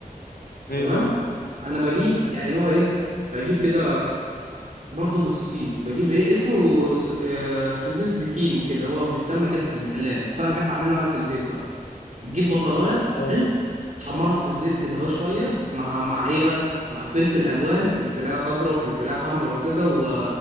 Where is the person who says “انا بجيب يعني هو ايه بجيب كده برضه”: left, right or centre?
Right